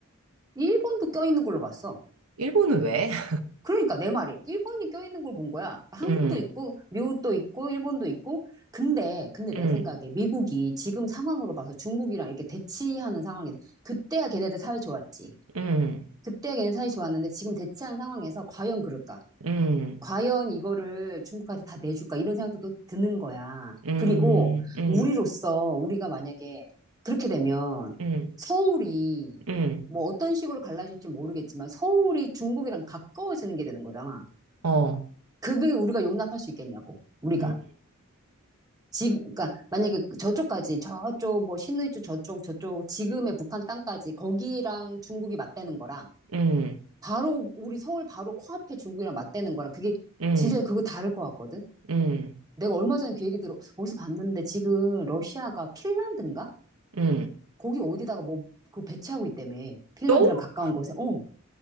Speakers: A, on the right; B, on the right.
A: 일본도 껴있는 걸로 봤어.
B: 일본은 왜? <laughs>
A: 그러니까, 내 말이. 일본이 껴있는 걸 본 거야. 한국도
B: 음,
A: 있고, 미국도 있고, 일본도 있고. 근데, 근데 내
B: 음,
A: 생각에 미국이 지금 상황으로 봐서 중국이랑 이렇게 대치하는 상황이, 그때야 걔네들 사회 좋았지.
B: 음,
A: 그때야 걔네 사회 좋았는데, 지금 대치한 상황에서 과연 그럴까?
B: 음,
A: 과연 이거를 중국한테 다 내줄까 이런 생각도 또 드는 거야.
B: 음,
A: 그리고
B: 음,
A: 우리로서 우리가 만약에 그렇게 되면
B: 음,
A: 서울이
B: 음,
A: 뭐 어떤 식으로 갈라질지 모르겠지만 서울이 중국이랑 가까워지는 게 되는 거잖아.
B: 어,
A: 그게 우리가 용납할 수 있겠냐고. 우리가.
B: 음,
A: 지금 그러니까 만약에 저쪽까지 저쪽 뭐 신의주 저쪽 저쪽 지금의 북한 땅까지 거기랑 중국이 맞대는 거랑
B: 음,
A: 바로 우리 서울 바로 코앞에 중국이랑 맞대는 거랑 그게
B: 음,
A: 진짜 그거 다를 것 같거든.
B: 음,
A: 내가 얼마 전에 그 얘기 들어, 어디서 봤는데 지금 러시아가 핀란드인가?
B: 음.
A: 거기 어디다가 뭐, 그 배치하고 있다며. 핀란드랑
B: 또?
A: 가까운 곳에. 어,